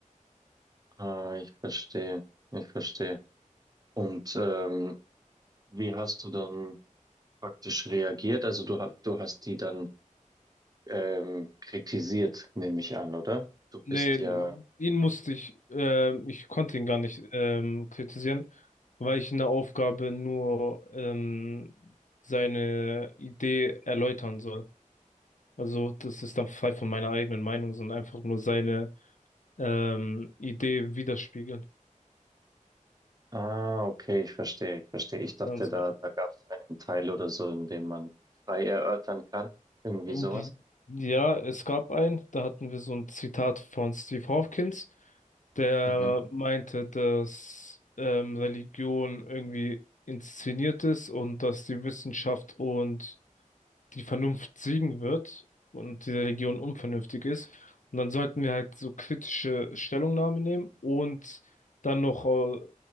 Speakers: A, on the right; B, on the left.
A: Ah, ich verstehe, ich verstehe. Und ähm, wie hast du dann praktisch reagiert? Also du, ha- du hast die dann ähm, kritisiert, nehme ich an, oder? Du bist
B: Nee,
A: ja, hm?
B: ihn musste ich, ähm, ich konnte ihn gar nicht ähm, kritisieren, weil ich in der Aufgabe nur ähm, seine Idee erläutern soll. Also das ist dann frei von meiner eigenen Meinung, sondern einfach nur seine ähm, Idee widerspiegeln.
A: Ah, okay, ich verstehe, ich verstehe. Ich dachte,
B: Ganz
A: da,
B: genau.
A: da gab es einen Teil oder so, in dem man frei erörtern kann. Irgendwie
B: Die-
A: sowas.
B: Ja, es gab einen, da hatten wir so ein Zitat von Steve Hawkins, der
A: Mhm,
B: meinte, dass ähm, Religion irgendwie inszeniert ist und dass die Wissenschaft und die Vernunft siegen wird und die Religion unvernünftig ist. Und dann sollten wir halt so kritische Stellungnahmen nehmen und dann noch äh,